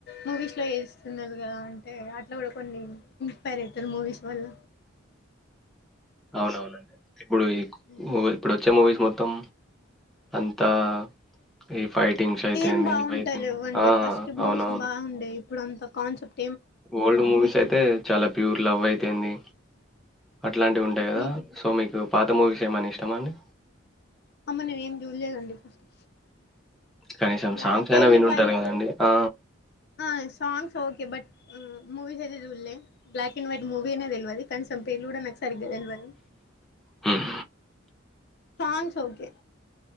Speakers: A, on the left; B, in the centre.
A: మూవీస్ లో వేస్తున్నారు కదా అంటే అట్లా కూడా కొన్ని ఇన్స్పైర్ అయితరు మూవీస్ వల్ల
B: అవునవునండి ఇప్పుడు ఈ
A: మ్మ్.
B: ఇప్పుడు వచ్చే మూవీ మొత్తం అంతా ఈ ఫైటింగ్స్ అయితేంది
A: ఏం బాగుంటలేవండి
B: ఇవి అయితుంది ఆ
A: ఫస్ట్ మూవీస్
B: అవునవును
A: బాగుండేవి ఇప్పుడు అంత కాన్ సెప్
B: ఓల్డ్ మూవీస్ అయితే చాలా ప్యూర్ లవ్ అయి కేంది అట్లాంటివి ఉంటాయి కదా
A: నే
B: సో మీకు పాత మూవీస్ ఏమన ఇష్టమా అండి
A: అమ్మ నేను ఏం చూడలేదండి ఫస్ట్
B: కనీసం
A: బ్లాక్
B: సాంగ్స్ అయినా
A: అండ్
B: వినుంటారు
A: వైట్
B: కదండి ఆ
A: ఆ సాంగ్స్ ఓకే బట్ ఉ మూవీస్ ఐతే చులే బ్లాక్ అండ్ వైట్ మూవీనే తెల్వది కనీసం పేర్లు కూడా నాక్ స సరిగా తెలువదు
B: హ్మ్.
A: సాంగ్స్ ఓకే